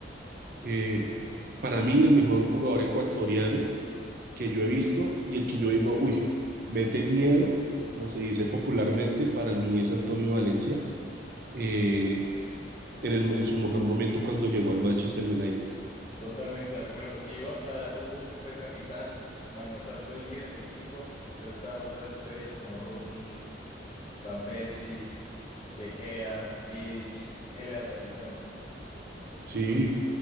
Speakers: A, on the right (about 55°); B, on the left (about 30°).
A: eh, para mí el mejor jugador ecuatoriano. que yo he visto y el que yo digo, uy, mete miedo, como se dice popularmente, para mí es Antonio Valencia, eh, en, el- en su mejor momento cuando llegó al Manchester United.
B: Totalmente de acuerdo. Si llegó hasta un punto, fue capitán, mane- o sea, fue el líder del equipo, mientras estaban otras estrellas como Rooney, Van Persie, De Gea, Vidic, él era el capitán.
A: Sí,